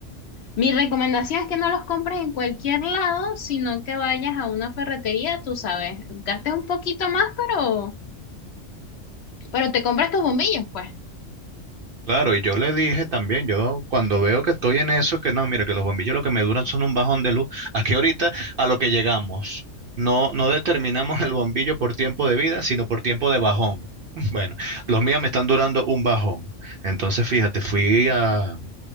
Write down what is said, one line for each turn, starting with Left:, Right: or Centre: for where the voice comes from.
Left: Mi recomendación es que no los compres en cualquier lado, sino que vayas a una ferretería, tú sabes, gastes un poquito más, pero, pero te compras tus bombillos, pues.
Right: Claro, y yo le dije también, yo cuando veo que estoy en eso, que no, mira, que los bombillos lo que me duran son un bajón de luz. Aquí ahorita a lo que llegamos, no, no determinamos el bombillo por tiempo de vida, sino por tiempo de bajón. <laughs> Bueno, los míos me están durando un bajón. Entonces, fíjate, fui a,